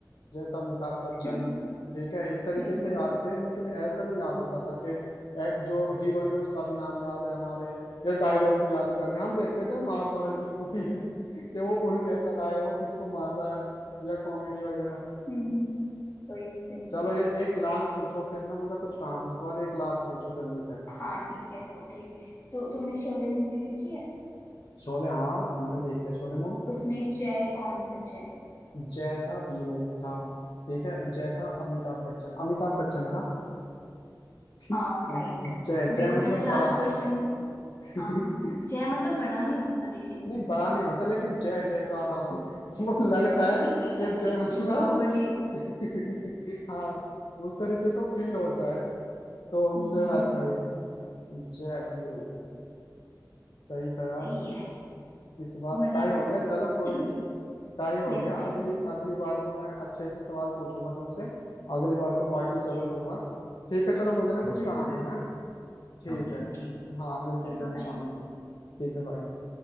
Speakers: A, on the left (about 75°); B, on the left (about 40°).
A: जैसे अमिताभ बच्चन
B: <laughs>
A: ठीक है इस तरीके
B: हम्म
A: से याद थे लेकिन ऐसा नहीं याद होता था कि ए- जो हीरोइन है उसका भी नाम याद है हमारे या डायलॉग भी याद कर लिया हम देखते थे मार धाड़ की मूवीज <laughs> कि वो उड़ कैसा रहा है वो किसको मार रहा है या कॉमेडी वगैरह
B: हम्म, कोई नहीं कोई नहीं
A: चलो ये एक लास्ट पूछो फिर ना मुझे कुछ काम है उसके बाद एक लास्ट पूछो जल्दी से
B: हाँ ठीक है ओके तो तुमने शोले मूवी देखी है
A: शोले हाँ मैंने देखी है शोले
B: उसमें जय कौन था जय
A: जय था वीरू था ठीक है जय था अमिताभ बच्चन अमिताभ बच्चन था <laughs>
B: हाँ
A: जय
B: राइट
A: जय
B: देखो
A: मतलब
B: मैंने लास्ट
A: बड़ा
B: क्वेश्चन था
A: <laughs>
B: हाँ हाँ जय मतलब बड़ा नहीं होता लेकिन
A: नहीं बड़ा नहीं होता लेकिन जय जयकार <laughs> वो लगता है
B: <laughs>
A: कि जय मतलब
B: बाहुबली
A: <laughs> हाँ उस तरीके से फील होता है तो मुझे
B: हम्म
A: याद था ये जय वीरू सही था यार
B: सही
A: तुम
B: है
A: इस बार
B: मजा
A: टाई
B: आया
A: हो गया चलो कोई
B: <laughs>
A: नहीं टाई हो
B: Next
A: गया
B: time
A: अगली अगली बार को मैं अच्छे से सवाल पूछूंगा तुमसे अगली बार को पार्टी
B: ठीक
A: जरूर
B: है
A: लूंगा ठीक है चलो मुझे ना कुछ
B: बिल्कुल
A: काम है, है? ठीक
B: Okay
A: है हम्म,
B: okay
A: हाँ मिलते हैं
B: Bye
A: दोनों शाम
B: bye
A: में ठीक है भाई